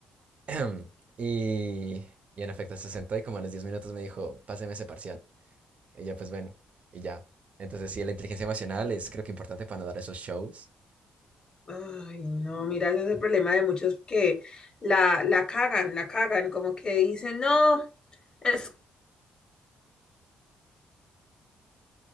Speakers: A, on the right; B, on the left.
A: <clears throat> Y, y en efecto se sentó y como a los 10 minutos me dijo, páseme ese parcial. Y yo, pues bueno, y ya. Entonces sí, la inteligencia emocional es creo que importante para no dar esos shows.
B: Ay, no, mira, ese es el problema de muchos que la, la cagan, la cagan, como que dicen, no, es